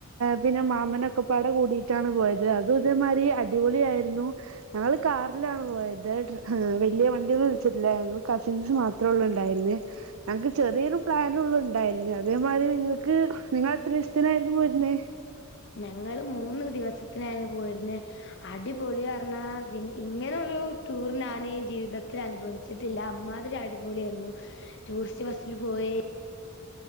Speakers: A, on the right; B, on the left.
A: പിന്നെ മാമനൊക്കെപ്പാടെ കൂടിയിട്ടാണ് പോയത് അത് ഇതേമാതിരി അടിപൊളി ആയിരുന്നു ഞങ്ങള് കാർ ലാണ് പോയത് ട്ര വലിയ വണ്ടിയൊന്നും വിളിച്ചിട്ടില്ലാരുന്നു കസിൻസ് മാത്രം ഉള്ളു ഉണ്ടായിരുന്നെ ഞങ്ങക്ക് ചെറിയൊരു പ്ലാനുള്ള് ഉണ്ടായിരുന്നു അതേമാതിരി നിങ്ങൾക്ക് നിങ്ങ എത്ര ദിവസത്തിനായിരുന്നു പോയിര്ന്നേ
B: ഞങ്ങള് മൂന്ന് ദിവസത്തിനായിരുന്നു പോയിര്ന്നെ അടിപൊളി അർണാ പിൻ ഇങ്ങനൊരു ടൂർ ഞാൻ ഈ ജീവിതത്തിൽ അനുഭവിച് ച്ചിട്ടില്ല അമ്മാതിരി അടിപൊളി അരുന്നു. ടൂറിസ്റ്റ് ബസ്സിൽ പോയി